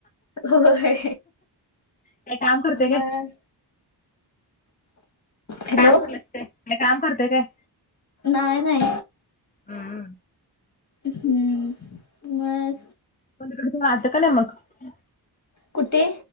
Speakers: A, on the left; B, on the left.
A: होय
B: काय काम करता
A: मग
B: काय?
A: हॅलो
B: काम करतेस काय काम करते काय?
A: नाही नाही.
B: हम्म.
A: हम्म मग
B: प तकडे थो आट का नाही मग <unintelligible>
A: कुठे?